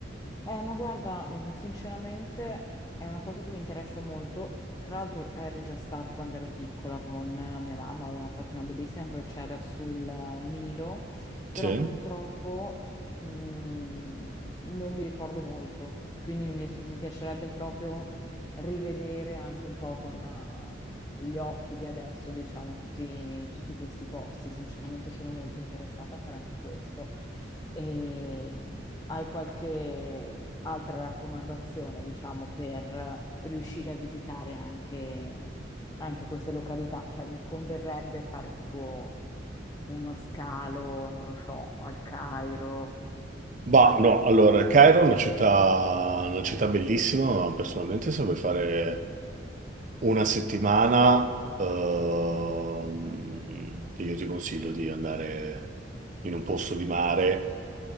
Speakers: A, on the left; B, on the right.
A: eh, ma guarda, mm, sinceramente è una cosa che mi interessa molto. Tra l'altro ero già stata quando ero piccola con eh, mia mamma, avevamo fatto una bellissima crociera sul eh, Nilo, però
B: Sì.
A: purtroppo mm, non mi ricordo molto, quindi mi, mi piacerebbe proprio rivedere anche un po' con, eh, gli occhi di adesso, diciamo, tutti, tutti questi posti. Sinceramente sono molto interessata a fare anche questo. E, mh, hai qualche altra raccomandazione, diciamo, per riuscire a visitare anche, anche queste località? Cioè, mi converrebbe fare tipo uno scalo, non lo so, al Cairo.
B: Bah, no, allora, Cairo è una città, una città bellissima, ma personalmente se vuoi fare Una settimana, ehm, io ti consiglio di andare in un posto di mare.